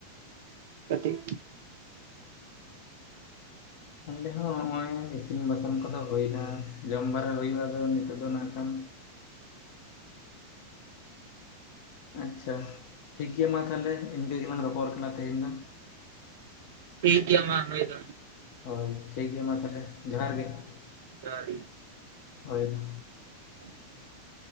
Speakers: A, on the right; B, on the left.
A: ᱠᱟᱹᱴᱤᱡ
B: ᱚᱸᱰᱮ ᱦᱚᱸ ᱦᱚᱸᱜᱼᱚᱭ ᱤᱥᱤᱱ ᱵᱟᱥᱟᱝ ᱠᱚᱫᱚ ᱦᱩᱭᱱᱟ᱾ ᱡᱚᱢ ᱵᱟᱲᱟ ᱦᱩᱭᱩᱜᱼᱟ ᱟᱫᱚ ᱱᱤᱛᱚᱜ ᱫᱚ ᱱᱟᱜ ᱠᱷᱟᱱ ᱟᱪᱪᱷᱟ ᱴᱷᱤᱠ ᱜᱮᱭᱟ ᱢᱟ ᱛᱟᱦᱚᱞᱮ ᱤᱱᱠᱟᱹ ᱜᱮᱞᱟᱝ ᱨᱚᱯᱚᱲ ᱠᱟᱱᱟ ᱛᱮᱦᱮᱧ ᱫᱚ᱾
A: ᱴᱷᱤᱠ ᱜᱮᱭᱟ ᱢᱟ ᱦᱚᱭ ᱫᱚ᱾
B: ᱦᱚᱭ ᱴᱷᱤᱠ ᱜᱮᱭᱟ ᱢᱟ ᱛᱟᱦᱚᱞᱮ ᱡᱚᱦᱟᱨ ᱜᱮ
A: ᱡᱚᱦᱟᱨ
B: <inaudible>
A: ᱜᱮ
B: ᱦᱚᱭ ᱢᱟ᱾
A: <inaudible>